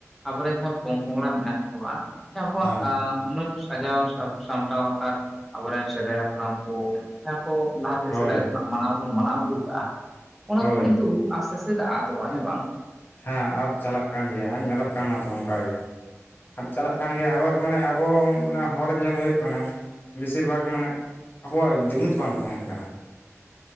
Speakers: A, in the centre; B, on the left (about 40°).
A: ᱟᱵᱚᱨᱮᱱ ᱡᱟᱦᱟᱸ ᱯᱚᱝ ᱯᱚᱝᱲᱟ ᱢᱮᱱᱟᱜ ᱠᱚᱣᱟ ᱟᱪᱪᱷᱟ ᱩᱱᱠᱚᱣᱟᱜ
B: ᱦᱮᱸ
A: ᱩᱱᱟᱹᱜᱼᱼ ᱥᱟᱡᱟᱣ ᱥᱟ ᱥᱟᱢᱴᱟᱣ ᱟᱠᱟᱫ ᱟᱵᱚᱨᱮᱱ ᱥᱮᱫᱟᱭ ᱦᱟᱯᱲᱟᱢ ᱠᱚᱼᱼ ᱡᱟᱦᱟᱸ ᱠᱚ ᱞᱟᱦᱟᱛᱮ
B: ᱦᱳᱭ
A: ᱥᱮᱫᱟᱭ ᱠᱷᱚᱱᱟᱜ ᱢᱟᱱᱟᱣ ᱵᱚᱱ ᱢᱟᱱᱟᱣ ᱟᱹᱜᱩ ᱠᱟᱜᱼᱟ ᱚᱱᱟ
B: ᱦᱳᱭ
A: ᱠᱚ ᱠᱤᱱᱛᱩ ᱟᱥᱛᱮ ᱟᱥᱛᱮᱼᱼ ᱪᱮᱫᱟᱜ ᱟᱫᱚᱜᱼᱟ ᱦᱮᱸ ᱵᱟᱝ?
B: ᱦᱮᱸ ᱟᱫ ᱪᱟᱞᱟᱜ ᱠᱟᱱ ᱜᱮᱭᱟ ᱦᱮᱸ ᱧᱮᱞᱚᱜ ᱠᱟᱱᱟ ᱛᱚ ᱚᱱᱠᱟ ᱜᱮ᱾ ᱟᱫ ᱪᱟᱞᱟᱜ ᱠᱟᱱ ᱜᱮᱭᱟ ᱟᱵᱟᱨ ᱢᱟᱱᱮ ᱟᱵᱚ ᱦᱚᱲ ᱧᱮᱞ ᱦᱩᱭᱩᱜ ᱠᱟᱱᱟ᱾ ᱵᱮᱥᱤᱨ ᱵᱷᱟᱜᱽ ᱢᱟᱱᱮ ᱟᱵᱚᱣᱟᱜ ᱡᱩᱢᱤᱫ ᱵᱟᱝ ᱛᱟᱦᱮᱸᱱ ᱠᱟᱱᱟ᱾